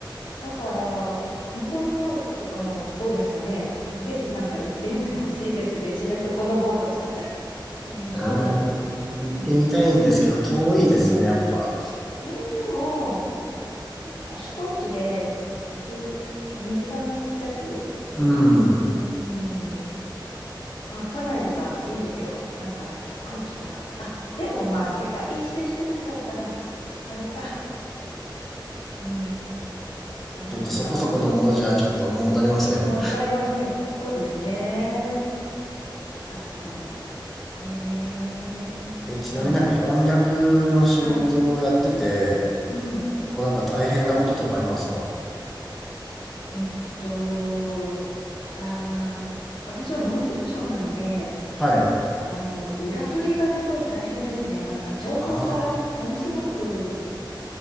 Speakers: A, on the left (about 85°); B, in the centre.
A: だから、向こうの方とかもどうですかね。ぜひなんか行ってみてほしいですね。知床の方とか。うん、
B: ああ、
A: いいですよ。
B: 行ってみたいんですけど、
A: うん、
B: 遠いですよね、やっぱ。
A: いや、でも、飛行機で1時、2時間弱くらいうん。
B: うん。
A: 稚内とかいいですよ。なんか、すっごい北。あ、でもまあ、世界一周してるんだったら、あれか。うん。なるほどな。
B: ちょっとそこそこのものじゃ、ちょっと物足りませんよ。
A: 物足りません。そうですね。確かに。へえ。
B: え、ちなみになんか翻訳の仕事をやってて、
A: でも、はい。うん。
B: こうなんか大変なこととかありますか
A: うんと、あー、私はノンフィクションなので、
B: はい。
A: あの、裏取りがすごい大変ですね。なんか情報がものすごく
B: あ